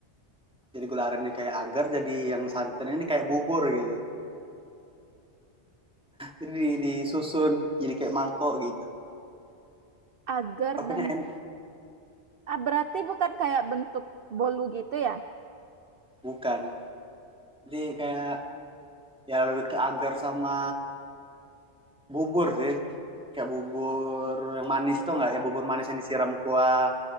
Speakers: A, in the centre; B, on the right.
A: jadi gula arennya kayak agar, jadi yang santannya ini kayak bubur gitu. Jadi disusun jadi kayak mangkok gitu.
B: Agar
A: Apanya
B: dan...
A: en
B: Ah, berarti bukan kayak bentuk bolu gitu ya?
A: bukan. Jadi kayak ya lebih ke agar sama bubur sih. Kayak bubur yang manis itu enggak, yang bubur manis yang disiram kuah.